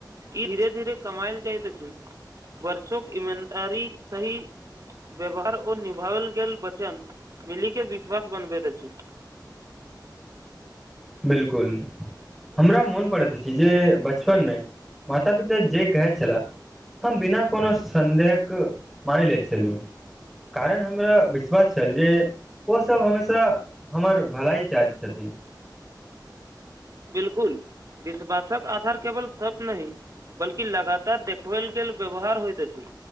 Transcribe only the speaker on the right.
ई धीरे धीे कमाइल जाइत अछि वर्षोक इमानदारी सहि व्यवहार ओ निभाओल गेल वचन मिली के विश्वास बनबैत अछि
बिल्कुल विश्वासक आधार केवल सप नहि बल्कि लगातार देखबैल गेल व्यवहार होयइत अछि